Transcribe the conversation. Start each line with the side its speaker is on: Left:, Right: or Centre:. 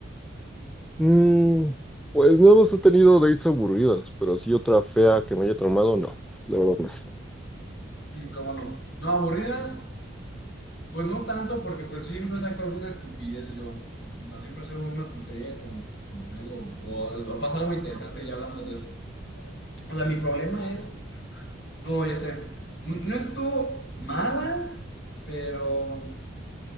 Centre: Mm, pues no más he tenido dates aburridas, pero sí otra fea que me haya traumado, no, la verdad no.
Left: Mm, cómo no. No, aburridas, pues no tanto, porque pues siempre saco alguna estupidez yo. O sea, siempre saco alguna tontería con, con algo, o, o pasa algo interesante y ya hablamos de eso. O sea, mi problema es, no, ya sé, no no estuvo mala, pero